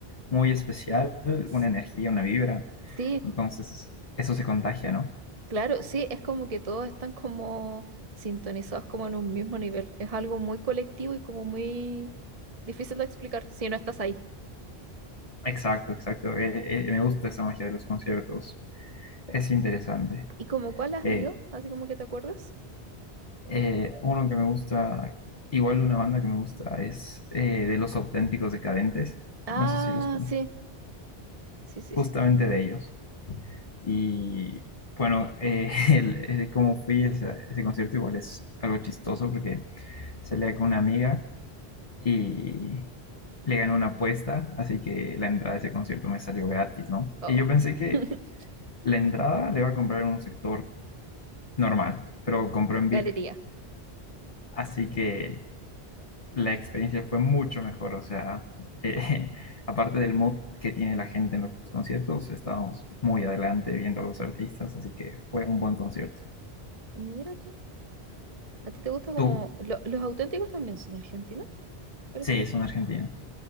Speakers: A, on the left; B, on the right.
A: muy especial,
B: s-
A: una energía, una vibra.
B: sí,
A: Entonces, eso se contagia, no.
B: claro, sí, es como que todos están como sintonizados como en un mismo nivel. Es algo muy colectivo y como muy difícil de explicar si no estás ahí.
A: Exacto, exacto. Eh, eh, me gusta esa magia de los conciertos. Es interesante.
B: ¿Y como cuál has
A: Eh,
B: ido? Así como que te acuerdas.
A: eh, uno que me gusta, igual una banda que me gusta, es eh, de Los Auténticos Decadentes.
B: Ah,
A: No sé si los conoces.
B: sí, sí, sí,
A: Justamente
B: sí.
A: de ellos. Y bueno, eh, <laughs> el, el cómo fui a ese, ese concierto igual es algo chistoso porque salía con una amiga y le gané una apuesta, así que la entrada a ese concierto me salió gratis, ¿no?
B: Oh.
A: Y yo pensé que...
B: <laughs>
A: La entrada le iba a comprar en un sector normal, pero compró en VIP,
B: Galería.
A: así que la
B: Mm,
A: experiencia fue mucho mejor, o sea, eh, <laughs> aparte del mood que tiene la gente en los conciertos, estábamos muy adelante viendo a los artistas, así que fue un buen concierto.
B: Mira tú. ¿A ti te gusta como...
A: ¿Tú?
B: lo- los auténticos también son argentinos? Parece
A: Sí,
B: que sí.
A: son argentinos.